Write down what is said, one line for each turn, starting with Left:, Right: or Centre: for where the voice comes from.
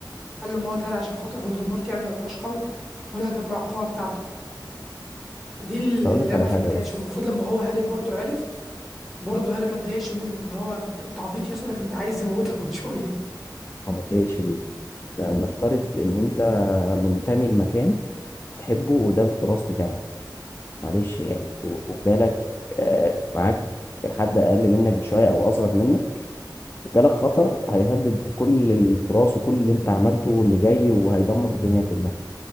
Centre: قال له موت هاري عشان خاطر فولدمورت يعني ما يبقاش قوي ولا يجمع القوة بتاعته دي ال-
Left: بس أقول
Centre: اللي
Left: لك
Centre: انا
Left: على
Centre: فهمتهاش
Left: حاجة بس
Centre: هو المفروض لما هو هاري برضو عرف برضه هاري ما اتضايقش منه اللي هو انت أنت عبيط يا اسطى ده كان عايز يموتك من شوية
Left: أو ما تضايقش ليه لأن نفترض إن أنت منتمي لمكان تحبه وده التراث بتاعك معلش يعني و- وجالك آه، معاك حد أقل منك بشوية أو أصغر منك وجالك خطر هيهدد كل التراث وكل اللي أنت عملته واللي جاي وهيدمر الدنيا كلها